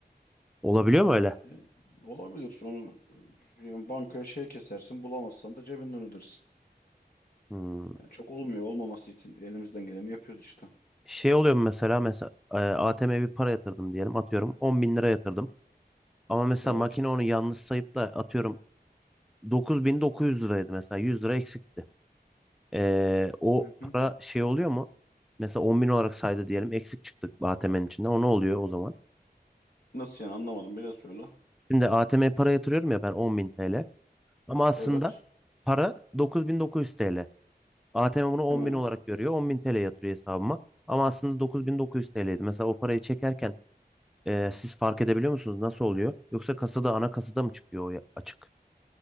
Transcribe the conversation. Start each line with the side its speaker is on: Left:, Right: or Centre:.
Centre: Olabiliyor mu öyle?
Left: E, Olabilir. Sonra e, yani bankaya şey kesersin. Bulamazsan da cebinden ödersin.
Centre: Hmm.
Left: Yani çok olmuyor. Olmaması için elimizden geleni yapıyoruz işte.
Centre: Şey oluyor mu mesela mesela e, ATM'ye bir para yatırdım diyelim atıyorum 10 bin lira yatırdım. Ama mesela
Left: Evet.
Centre: makine onu yanlış sayıp da atıyorum 9.900 liraydı mesela 100 lira eksikti. Ee, o
Left: Hı
Centre: para
Left: hı.
Centre: şey oluyor mu? Mesela 10 bin olarak saydı diyelim. Eksik çıktık ATM'nin içinden. O ne oluyor o zaman?
Left: Nasıl yani anlamadım. Bir de söyle.
Centre: Şimdi ATM'ye para yatırıyorum ya ben 10 bin TL. Ama aslında
Left: Evet.
Centre: para 9900 TL. ATM bunu 10
Left: Hı.
Centre: bin olarak görüyor. 10 bin TL yatırıyor hesabıma. Ama aslında 9900 TL'ydi. Mesela o parayı çekerken e, siz fark edebiliyor musunuz? Nasıl oluyor? Yoksa kasada ana kasada mı çıkıyor o ya- açık?